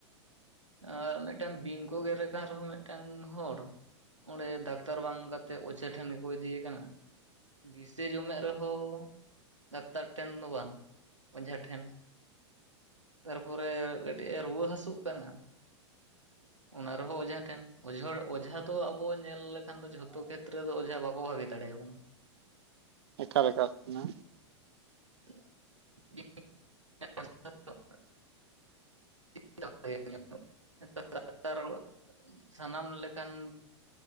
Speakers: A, on the right (about 85°); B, on the right (about 60°).
A: ᱟᱨ ᱢᱮᱜᱴᱮᱱ ᱵᱤᱝᱠᱚ ᱜᱮᱨᱮ ᱠᱟᱱ ᱨᱮᱦᱚᱸ ᱢᱮᱜᱴᱮᱱ ᱦᱚᱲ ᱚᱸᱰᱮ ᱰᱟᱠᱛᱟᱨ ᱵᱟᱝ ᱠᱟᱛᱮᱜ, ᱚᱡᱷᱟ ᱴᱷᱮᱱ ᱜᱮ ᱠᱚ ᱤᱫᱤᱭᱮ ᱠᱟᱱᱟ᱾ ᱵᱤᱥᱮ ᱡᱚᱢᱮᱜ ᱨᱮᱦᱚᱸ ᱰᱟᱠᱛᱟᱨ ᱴᱷᱮᱱ ᱫᱚ ᱵᱟᱝ, ᱚᱡᱷᱟ ᱴᱷᱮᱱ᱾ ᱛᱟᱨᱯᱚᱨᱮ ᱠᱟᱹᱴᱤᱜᱼᱮ ᱨᱩᱣᱟᱹ ᱦᱟᱹᱥᱳᱜ ᱠᱟᱱᱟ᱾ ᱚᱱᱟ ᱨᱮᱦᱚᱸ ᱚᱡᱷᱟ ᱴᱷᱮᱱ, ᱚᱡᱷᱟ ᱚᱡᱷᱟ ᱫᱚ ᱟᱵᱚ ᱧᱮᱞ ᱞᱮᱠᱷᱟᱱ ᱫᱚ ᱡᱷᱚᱛᱚ ᱠᱷᱮᱛ ᱛᱨᱮᱫᱚ ᱚᱡᱷᱟ ᱵᱟᱠᱚ ᱵᱷᱟᱜᱮ ᱫᱟᱲᱮᱭᱟ ᱵᱚᱱᱟ᱾
B: ᱮᱠᱟᱞ ᱮᱠᱟᱞ ᱚᱱᱟ
A: <inaudible> <inaudible> ᱥᱟᱱᱟᱢ ᱞᱮᱠᱟᱱ,